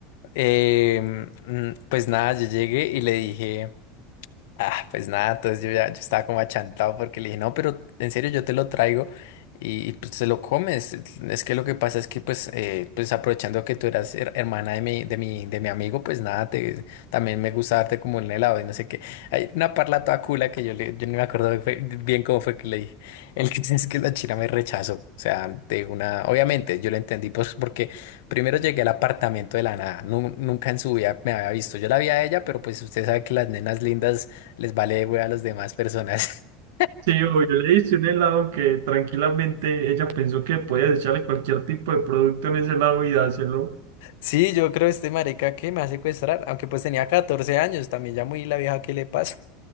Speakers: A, on the left (about 75°); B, on the right (about 80°).
A: em, mm, pues nada, yo llegué y le dije. Ah, pues nada, entonces yo ya yo estaba como achantado porque le dije, no, pero en serio yo te lo traigo y, y, pues te lo comes. Es que lo que pasa es que pues, eh, pues aprovechando que tú eras her- hermana de mi, de mi, de mi amigo, pues nada, te, también me gusta darte como un helado y no sé qué. Hay una parla toda cula que yo, le, yo no me acuerdo de- fue- bien cómo fue que le dije. El que es que la china me rechazó. O sea, de una, obviamente yo lo entendí pues porque primero llegué al apartamento de la nada. Nu- nunca en su vida me había visto. Yo la vi a ella, pero pues usted sabe que las nenas lindas les vale güey a las demás personas. <laughs>
B: Sí, yo le hice un helado que tranquilamente ella pensó que podía echarle cualquier tipo de producto en ese helado y dárselo.
A: Sí, yo creo este marica que me va a secuestrar, aunque pues tenía 14 años, también ya muy la vieja que le pasa.